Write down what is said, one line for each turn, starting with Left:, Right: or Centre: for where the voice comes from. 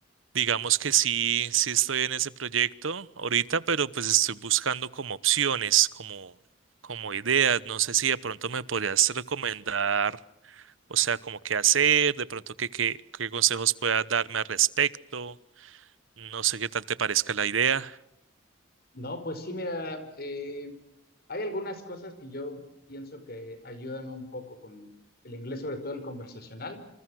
Right: Digamos que sí, sí estoy en ese proyecto ahorita, pero pues estoy buscando como opciones, como, como ideas. No sé si de pronto me podrías recomendar. O sea, como qué hacer, de pronto qué, qué, qué consejos pueda darme al respecto. No sé qué tal te parezca la idea.
Left: No, pues sí, mira, eh, hay algunas cosas que yo pienso que ayudan un poco con el inglés, sobre todo el conversacional.